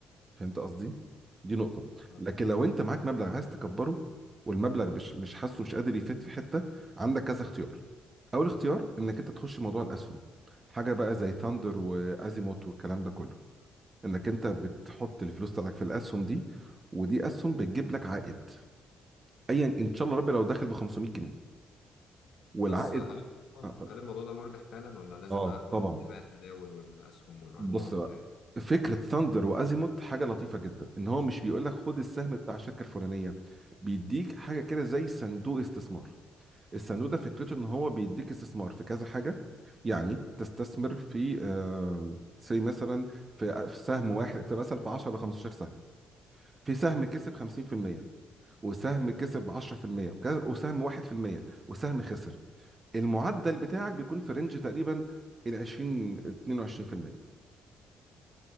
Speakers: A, on the right (about 30°); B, on the left (about 70°).
A: فهمت قصدي دي نقطه
B: آه.
A: لكن لو انت معاك مبلغ عايز تكبره والمبلغ مش مش حاسه مش قادر يفيد في حته عندك كذا اختيار اول اختيار انك انت تخش موضوع الاسهم حاجه بقى زي ثاندر وازيموت والكلام ده كله انك انت بتحط الفلوس بتاعتك في الاسهم دي ودي اسهم بتجيب لك عائد ايا ان شاء الله ربي لو داخل ب 500 جنيه والعائد
B: بس هل
A: اه
B: هل الموضوع ده مربح فعلا ولا لازم
A: آه،
B: بقى اكون
A: طبعا
B: متابع التداول والاسهم والارباح
A: بص بقى
B: ومش عارف
A: فكره ثاندر وازيموت حاجه لطيفه جدا ان هو مش بيقول لك خد السهم بتاع الشركه الفلانيه بيديك حاجه كده زي صندوق استثمار الصندوق ده فكرته ان هو بيديك استثمار في كذا حاجه يعني تستثمر في آه سي مثلا في آه، في سهم واحد في مثلا في 10 ل 15 سهم في سهم كسب 50% وسهم كسب 10% وك- وسهم 1% وسهم خسر المعدل بتاعك بيكون في رينج تقريبا ال 20 22%